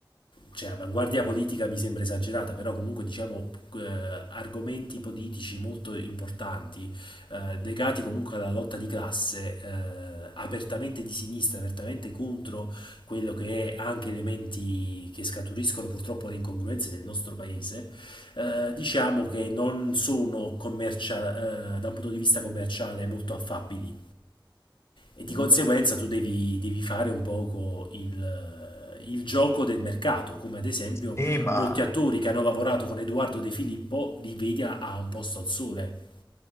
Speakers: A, on the left (about 85°); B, on the left (about 35°).
A: cioè, avanguardia politica mi sembra esagerata, però comunque diciamo eh, argomenti politici molto importanti eh, legati comunque alla lotta di classe, eh, apertamente di sinistra, apertamente contro quello che è anche elementi che scaturiscono purtroppo le incongruenze del nostro paese, eh, diciamo che non sono commercia- eh, da un punto di vista commerciale molto affabili e di
B: Mm.
A: conseguenza tu devi, devi fare un poco il, il gioco del mercato, come ad esempio
B: Sì, ma
A: molti attori che hanno lavorato con Edoardo De Filippo li vedi a, a un posto al sole.